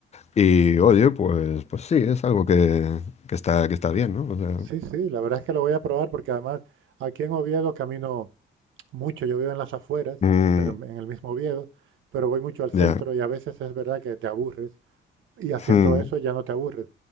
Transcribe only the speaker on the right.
Sí, sí, la verdad es que lo voy a probar porque además aquí en Oviedo camino mucho. Yo vivo en las afueras,
pero en en el mismo Oviedo, pero voy mucho al centro
y a veces es verdad que te aburres y haciendo
eso ya no te aburres.